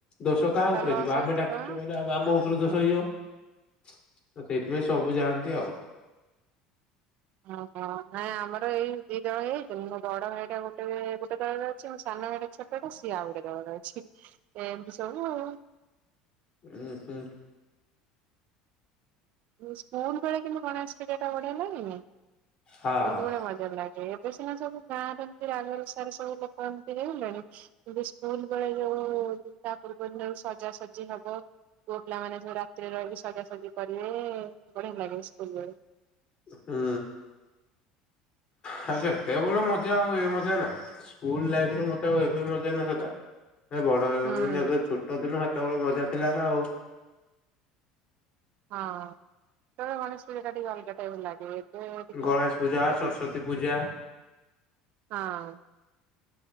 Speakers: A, on the left; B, on the right.
A: ଦୋଷ କାହା
B: ତା
A: ଉପରେ
B: ଲସ୍
A: ଯିବ, ଆମେ
B: ଏତେ
A: ଡାକିଚୁ
B: ଟଙ୍କା
A: ମାନେ ଆମ ଆମ ଉପରେ ଦୋଷ
B: ହୁଁ।
A: ତ ସେଇଥିପାଇଁ ସବୁ ଯାଆନ୍ତି ଆଉ।
B: ଓହୋ ନାଇଁ ଆମର ଏଇ ଦି ଦଳ ହେଇଚି ତ, ମୋ ବଡ ଭାଇଟା ଗୋଟେ ଗୋଟେ ଦଳରେ ଅଛି ମୋ ସାନ ଭାଇଟା ଛୋଟଟା ସିଏ ଆଉ ଗୋଟେ ଦଳରେ ଅଛି। ଏମତି ସବୁ ଆଉ।
A: ଉଁ, ହୁଁ।
B: ସ୍କୁଲ ବେଳେ କିନ୍ତୁ ଗଣେଶ ପୂଜା ଟା ବଢିଆ ଲାଗେନି ନା?
A: ହଁ
B: ସ୍କୁଲ୍ ବେଳେ ମଜା ଲାଗେ। ଏ ଭସାଣି ସବୁ ଗାଁରେ ଏମିତି ରାଗ ରୁସାରେ ସବୁ ଲୋକ ଏମିତି ହେଇ ଗଲେଣି କିନ୍ତୁ ସ୍କୁଲ ବେଳେ ଯୋଉ ତା ପୂର୍ବ ଦିନ ରୁ ସଜାସଜି ହବ ପୁଅ ପିଲାମାନେ ସବୁ ରାତିରେ ରହିକି ସଜାସଜି କରିବେ। ବଢିଆ ଲାଗେ ସ୍କୁଲ ରେ।
A: ହୁଁ, ହଁ ସେତେବେଳ ମଜା ଆଉ ଏ ମଜା ନା ସ୍କୁଲ ଲାଇଫରେ ମଜା ଆଉ ଏବେ ମଜା ନା ସେଟା। ଏବେ ବଡ ହେଇଗଲୁଣି
B: ହୁଁ
A: ଛୋଟ ଦିନ ସେତେବେଳେ ମଜା ଥିଲା ନା ଆଉ।
B: ହଁ, ତ ଗଣେଶ ପୂଜା ଟା ଟିକ ଅଲଗା ଟାଇପ ଲାଗେ। ଏବେ ଟିକେ
A: ଗଣେଶ ପୂଜା,
B: ଏଇ
A: ସରସ୍ଵତୀ
B: ଯେ
A: ପୂଜା,
B: ହଁ।